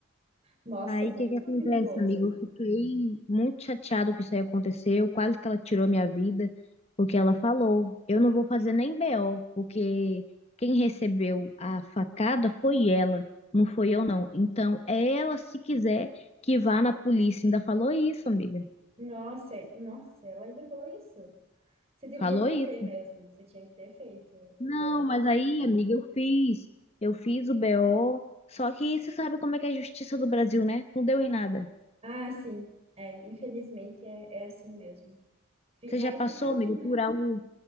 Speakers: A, on the right; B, on the left.
A: Nossa,
B: Aí,
A: muito
B: o que que acontece,
A: perigoso.
B: amigo? Eu fiquei muito chateado que isso aí aconteceu, quase que ela tirou minha vida, porque ela falou, eu não vou fazer nem BO, porque quem recebeu a facada foi ela, não foi eu não. Então, é ela, se quiser, que vá na polícia. Ainda falou isso, amiga.
A: Nossa, é- nossa, ela ainda falou isso. Você deveria
B: Falou
A: fazer
B: isso.
A: mesmo. Você tinha que ter feito
B: Não,
A: o BO
B: mas
A: pra essa
B: aí,
A: então.
B: amiga, eu fiz. Eu fiz o BO, só que você sabe como é que é a justiça do Brasil, né? Não deu em nada.
A: Ah, sim. É, infelizmente é, é assim mesmo. Fi-
B: Você
A: Vai
B: já passou,
A: ficar assim,
B: amiga,
A: né?
B: por algo